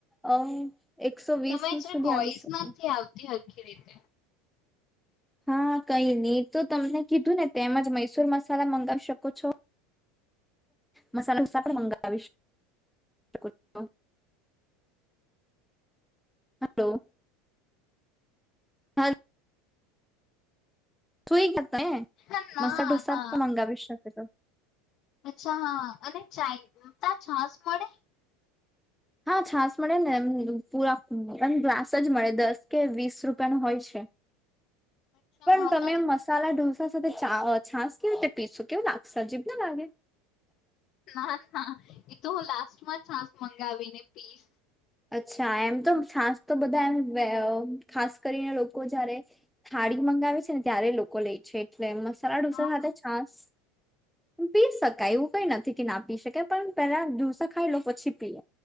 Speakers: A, in the centre; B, on the left.
A: અ એકસો વીસ
B: તમે જરાક
A: સુધી
B: વોઇસ
A: આવી શકે
B: નથી આવતી હરખી રીતે
A: હા કઈ ની તો તમને કીધું ને તેમ જ મૈસુર મસાલા મંગાવી શકો છો. મસાલા <unintelligible> પણ મંગાવી સકો છો. હલો. હાલ સુઈ જાત ને
B: હા ના
A: મસા ડઢોસા
B: ના
A: પણ અંગાવી શકેત
B: અચ્છા હા અને ચાય તા છાસ મળે.
A: હા છાશ મળે ને પુરા હ એમ ગ્લાસ જ મળે દસ કે વીસ રૂપિયા ન હોય છે.
B: અચ્છા
A: પણ
B: હા
A: તમે
B: ત્યાં
A: મસાલા ઢોસ સાથે ચા અ છાસ કેવી રીતે પીશું કેવું લાગશે અજીબ ના લાગે.
B: ના ના એતો હું લાસ્ટમાં છાસ મંગાવીને પીસ.
A: અચ્છા એમ તો છસ તો બધા એમ ખાસ કરીને લોકો જયારે થાળી મંગાવે છે ને ત્યારે લોકો લે છે. મસાલા ડોસા
B: હા
A: સાથે છાસ પી શકાય એવું કઈ નથી કે ના પી શકાય પણ પહેલા ઢસા ખાઈ લો પછી પી